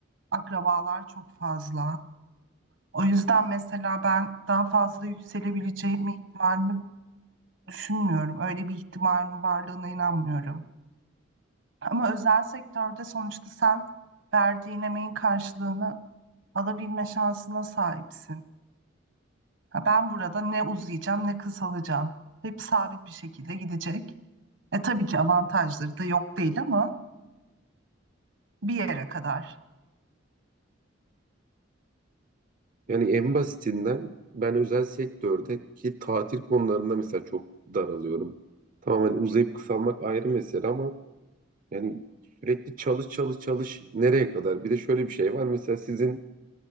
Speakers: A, on the right; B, on the right.
A: Akrabalar çok fazla. O yüzden mesela ben daha fazla yükselebileceğim ihtimalini düşünmüyorum. Öyle bir ihtimalin varlığına inanmıyorum. Ama özel sektörde sonuçta sen verdiğin emeğin karşılığını alabilme şansına sahipsin. Ha, ben burada ne uzayacağım ne kısalacağım. Hep sabit bir şekilde gidecek. E tabii ki avantajları da yok değil ama bir yere kadar.
B: Yani en basitinden ben özel sektördeki tatil konularında mesela çok daralıyorum. Tamam hani uzayıp kısalmak ayrı mesele ama Yani sürekli çalış çalış çalış nereye kadar? Bir de şöyle bir şey var. Mesela sizin